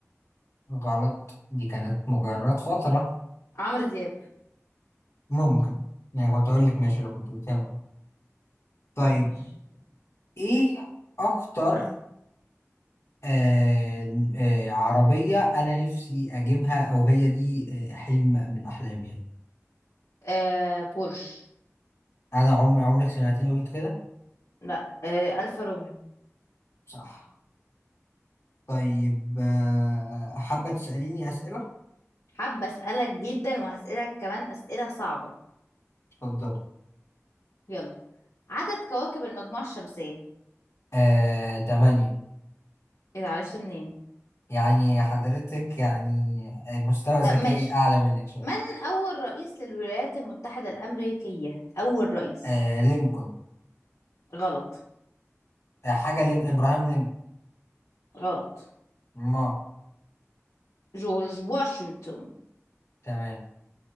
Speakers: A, on the left (about 60°); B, on the left (about 85°).
A: غلط دي كانت مجرد فترة
B: عمرو دياب
A: ممكن يعني كنت أقول لك ماشي لو كنت بتكمل طيب
B: ماشي
A: إيه أكتر آه آه عربية أنا نفسي أجيبها أو هي دي آه حلم من أحلامي يعني
B: آه بورش
A: أنا عمري عمرك سمعتني قلت كده؟
B: لا آه ألفا روميو
A: صح طيب آه حابة تسأليني أسئلة؟
B: حابة أسألك جدا وهسألك كمان أسئلة صعبة
A: اتفضل
B: يلا عدد كواكب المجموعة الشمسية
A: آه تمانية
B: إذا عرفت منين
A: يعني حضرتك يعني آه، مستوى ذكائي
B: طب ماشي
A: أعلى منك شوية
B: من أول رئيس للولايات المتحدة الأمريكية أول رئيس
A: آه لينكولن
B: غلط
A: آه حاجة لين إبراهام لينكولن
B: غلط
A: مار
B: جورج واشنطن
A: تمام